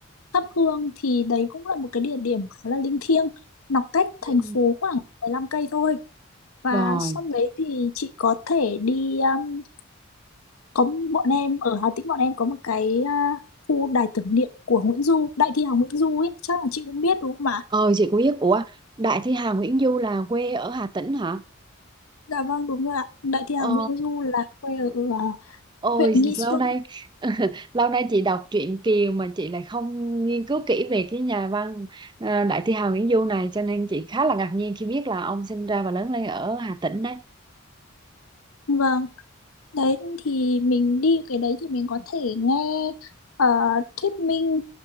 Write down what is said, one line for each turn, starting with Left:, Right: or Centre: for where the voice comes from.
Left: thắp hương thì đấy cũng là một cái địa điểm khá là linh thiêng nó cách
Right: ừ,
Left: thành phố khoảng 15 cây thôi và
Right: rồi
Left: xong đấy thì chị có thể đi um, có bọn em ở Hà Tĩnh bọn em có một cái uh, khu đài tưởng niệm của Nguyễn Du đại thi hào Nguyễn Du ấy chắc là chị cũng biết đúng không
Right: ờ chị có biết ủa Đại Thi Hà Nguyễn Du là quê ở Hà Tĩnh hả
Left: Dạ vâng đúng rồi ạ. Đại thi
Right: ờ
Left: hào Nguyễn Du là quê ở à,
Right: ôi
Left: huyện Nghi
Right: lâu
Left: Xuân.
Right: nay <laughs> lâu nay chị đọc truyện Kiều mà chị lại không nghiên cứu kỹ về cái nhà văn à, Đại Thi Hà Nguyễn Du này cho nên chị khá là ngạc nhiên khi biết là ông sinh ra và lớn lên ở Hà Tĩnh đấy
Left: Vâng, đấy thì mình đi cái đấy thì mình có thể nghe ờ, thuyết minh